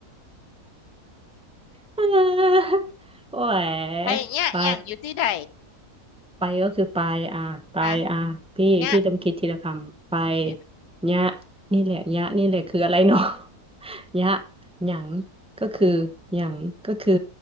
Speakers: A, in the centre; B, on the left.
A: <laughs> อ่าโอ้ย
B: ไปยะอย่างอยู่ที่ใด
A: <laughs> ไป ไปก็คือไปอ่ะไปอ่ะพี่พี่ต้องคิดทีละคำไป
B: อ่ะยะเนี่ย
A: ยะนี่แหละยะนี่แหละคืออะไรเนาะ <laughs> ยะหยังก็คือหยังก็คือ